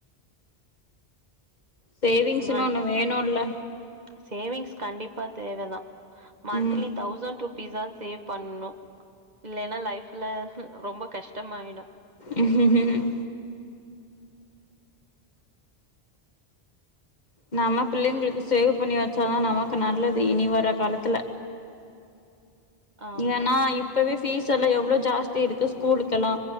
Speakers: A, on the left; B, on the right.
A: சேவிங்ஸ்னு
B: மந்
A: ஒன்னு வேணுல
B: சேவிங்ஸ் கண்டிப்பா தேவதா மந்த்லி
A: ம்
B: தௌசண்ட் ருபீஸா சேவ் பண்ணு இல்லைன்னா லைஃப்ல ரொம்ப கஷ்டமாயிடு
A: உஹும் ம் நாம பிள்ளைங்களுக்கு சேவ் பண்ணி வச்சாதா நமக்கு நல்லது இனி வர காலத்துல
B: ஆமா
A: ஏன்னா இப்பமே ஃபீஷ் ஃப்யூச்சர்ல எவ்ள ஜாஸ்தி இருக்கு ஸ்கூலுக்கெல்லா